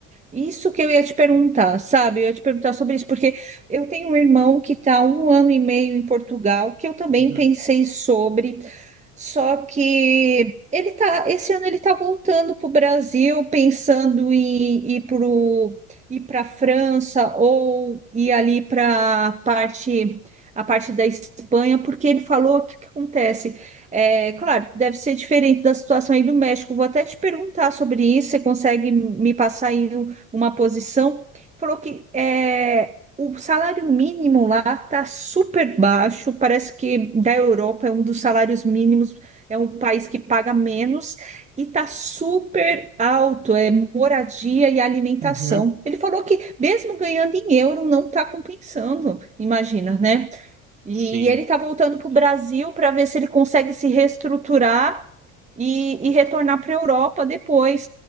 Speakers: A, on the right (about 15°); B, on the right (about 45°).
A: Isso que eu ia te perguntar, sabe? Eu ia te perguntar sobre isso, porque eu tenho um irmão que está um ano e meio em Portugal, que eu também
B: Uhum,
A: pensei sobre, só que ele tá, esse ano ele está voltando para o Brasil, pensando em ir pro, ir para a França ou ir ali para a parte, a parte da Espanha, porque ele falou o que que acontece. É, claro, deve ser diferente da situação aí do México. Vou até te perguntar sobre isso. Você consegue me passar aí uma posição, falou que é, o salário mínimo lá está super baixo, parece que da Europa é um dos salários mínimos, é um país que paga menos e está super alto, é moradia e alimentação.
B: uhum,
A: Ele falou que mesmo ganhando em euro não está compensando, imagina, né? E
B: sim,
A: ele está voltando para o Brasil para ver se ele consegue se reestruturar e, e retornar para a Europa depois.